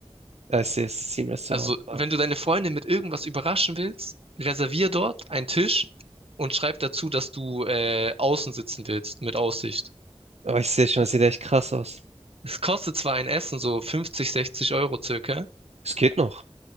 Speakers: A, on the right; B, on the right.
A: Ja, ich sehe, es ist ein Restaurant.
B: Also,
A: Ja.
B: wenn du deine Freundin mit irgendwas überraschen willst, reservier dort einen Tisch und schreib dazu, dass du äh, außen sitzen willst, mit Aussicht.
A: Aber ich sehe schon, es sieht echt krass aus.
B: Es kostet zwar ein Essen so 50, 60 Euro circa.
A: Es geht noch.